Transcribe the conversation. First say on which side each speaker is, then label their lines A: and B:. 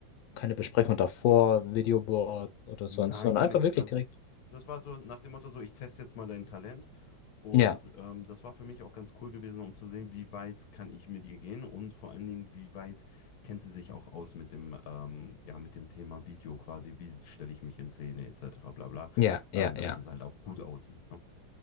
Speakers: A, on the left; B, on the left.
A: keine Besprechung davor, Videoboard oder sonst,
B: Nein,
A: sondern
B: gar
A: einfach
B: nichts.
A: wirklich
B: Also
A: direkt.
B: das war so nach dem Motto so, ich teste jetzt mal dein Talent. Und
A: Ja,
B: ähm, das war für mich auch ganz cool gewesen, um zu sehen, wie weit kann ich mit ihr gehen und vor allen Dingen, wie weit kennt sie sich auch aus mit dem, ähm, ja, mit dem Thema Video quasi, wie stelle ich mich in Szene etc. bla bla,
A: ja, ja,
B: ähm, damit
A: ja,
B: es halt auch gut aussieht. Ne?